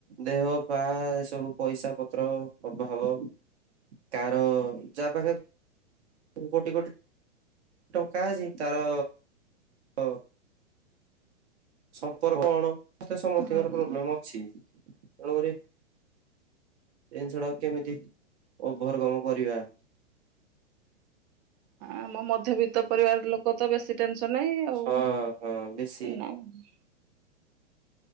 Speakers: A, on the right (about 70°); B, on the right (about 35°).
A: ଦେହ ପା ଏ ସବୁ ପଇସା ପତ୍ର ଅଭାବ- କାହାର ଯାହା ପାଖେ କୋଟି କୋଟି ଟଙ୍କା ଅଛି। ତାର ତ ସମ୍ପର୍କ କଣ ତ ସମସ୍ତଙ୍କର
B: ହୁଁ
A: ପୋବ୍ଲେମ ଅଛି ତେଣୁକରି ଜିନିଷଗୁଡା କେମିତି ଓଭର କମ କରିବା।
B: ଆମ ମଧ୍ୟବିତ୍ତ ପରିବାର ଲୋକ ତ ବେଶୀ ଟେନସନ ନାହିଁ ଆଉ
A: ହଁ ହଁ ବେଶୀ
B: ନାଇଁ